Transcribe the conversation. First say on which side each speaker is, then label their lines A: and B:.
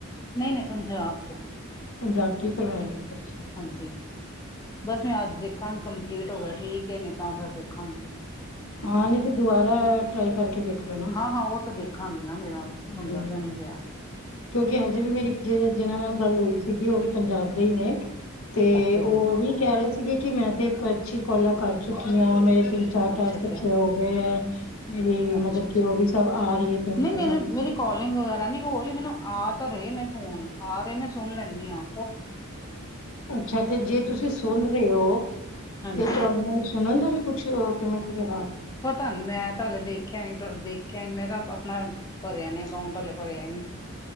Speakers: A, on the left; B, on the left.
A: ਨਹੀਂ ਨਹੀਂ ਪੰਜਾਬ ਤੋਂ
B: ਪੰਜਾਬ ਤੋਂ ਈ ਕਰਵਾਇਆ ਅੱਛਾ।
A: ਹਾਂਜੀ ਬਸ ਮੈਂ ਅੱਜ ਦੇਖਾਂਗੀ ਕੰਪਲੀਟ ਹੋ ਗਿਆ ਠੀਕ ਐ ਨਹੀਂ ਤਾਂ ਫੇਰ ਦੇਖਾਂਗੀ।
B: ਹਾਂ ਨਹੀਂ ਫੇਰ ਦੁਬਾਰਾ ਟ੍ਰਾਈ ਕਰਕੇ ਦੇਖ ਲੈਣਾ।
A: ਹਾਂ, ਹਾਂ ਉਹ ਤਾਂ ਦੇਖਾਂਗੀ ਨਾ ਮੇਰਾ
B: <unintelligible>
A: ਹੁੰਦਾ ਕਿਉਂ ਨੀ ਪਿਆ
B: ਕਿਉਂਕਿ ਹਜੇ ਵੀ ਮੇਰੀ ਜਿ ਜਿਨਾਂ ਨਾਲ ਗੱਲ ਹੋਈ ਸੀਗੀ ਉਹ ਵੀ ਪੰਜਾਬ ਦੇ ਹੀ ਨੇ। ਤੇ
A: ਅੱਛਾ ਜੀ
B: ਉਹ ਵੀ ਕਹਿ ਰਹੇ ਸੀਗੇ ਕਿ ਮੈਂ ਤੇ ਪੱਚੀ ਕੋਲਾਂ ਕਰ ਚੁੱਕੀ ਆ ਮੇਰੇ ਤਿੰਨ ਚਾ <unintelligible>
A: ਅੱਛਾ ਅੱਛਾ
B: ਹੋ ਗਏ ਐ। ਮਤਲਬ
A: ਅੱਛਾ ਅੱਛਾ
B: ਕਿ ਉਹ ਵੀ ਸਭ ਆ ਰਹੀ ਏ <unintelligible>
A: ਨਹੀਂ ਮੈਨੂੰ ਮੇਰੀ ਕਾਲਿੰਗ ਵਗੈਰਾ ਨੀ ਹੋ ਰਹੀ ਮੈਨੂੰ ਆ ਤਾਂ ਰਹੇ ਨੇ ਫੋਨ, ਆ ਰਹੇ ਮੈਂ ਸੁਣ ਲੈਨੀ ਆ।
B: ਅੱਛਾ ਤੇ ਜੇ ਤੁਸੀ ਸੁਨ ਰੇ ਓ
A: ਹਾਂਜੀ
B: ਤੇ ਤੁਹਾਨੂੰ ਸੁਣਨ ਦਾ ਵੀ ਕੁਛ, ਕਿਵੇਂ <unintelligible>
A: ਪਤਾ ਨੀ ਮੈਂ ਤਾਂ ਹਲੇ ਦੇਖਿਆ ਨੀ, ਦੇਖਿਆ ਨੀ ਮੈਂ ਕਿਆ ਅਪਨਾ ਭਰਿਆ ਨੀ ਅਕਾਉਂਟ ਹਲੇ ਭਰਿਆ ਈ ਨੀ,